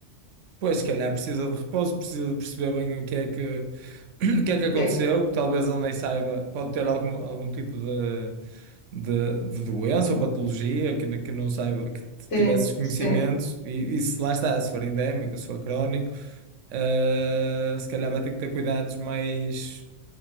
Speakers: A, on the right (about 85°); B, on the left (about 75°).
A: Pois, se calhar precisa de repouso, precisa de perceber bem o que é que, <clears throat> o que é que aconteceu,
B: Sim,
A: talvez ele nem saiba, pode ter algum, algum tipo de, de, de doença ou patologia que, n- que não saiba, que t-
B: sim,
A: tivesse desconhecimento,
B: sim,
A: e, e se lá está, se for endémico, se for crónico. Uh, se calhar vai ter que ter cuidados mais,